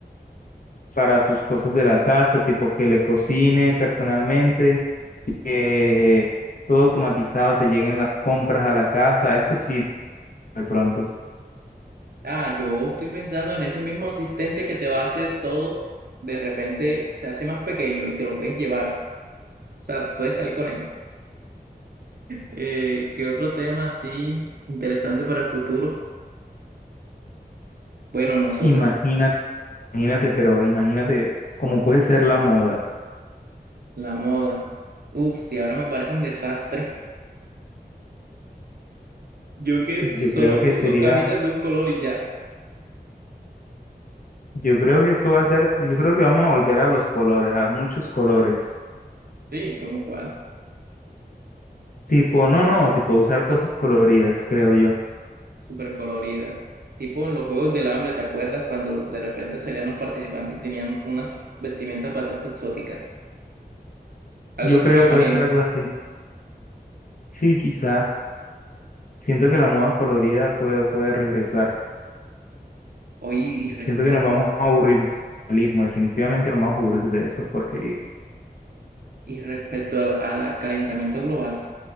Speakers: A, on the left (about 55°); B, on the right (about 65°).
A: para sus cosas de la casa, tipo que le cocine personalmente, que todo automatizado, te lleguen las compras a la casa, eso sí, de pronto.
B: Ah, yo estoy pensando en ese mismo asistente que te va a hacer todo, de repente se hace más pequeño y te lo puedes llevar. O sea, puedes salir con él. Eh, ¿qué otro tema así interesante para el futuro? Bueno, nosotros,
A: Imagínate, imagínate, pero imagínate cómo puede ser la moda.
B: la moda. Uf, si ahora me parece un desastre. Yo que so-
A: Yo
B: solo
A: creo que
B: uso
A: sería,
B: camisas de un color y ya.
A: yo creo que eso va a ser, yo creo que vamos a volver a los colores, a muchos colores.
B: Sí, como cual.
A: Tipo, no, no, tipo usar cosas coloridas, creo yo.
B: súper colorida. Tipo en los Juegos del Hambre, ¿te acuerdas cuando de repente salían los participantes y tenían unas vestimentas bastante exóticas? Algo
A: Yo
B: así
A: creo
B: me imagino.
A: puede ser algo así. Sí, quizá. Siento que la moda colorida puede, puede regresar.
B: Oye, y, respe-
A: Siento que nos vamos a aburrir del realismo, definitivamente nos vamos a aburrir de eso, porque,
B: y respecto al, al calentamiento global,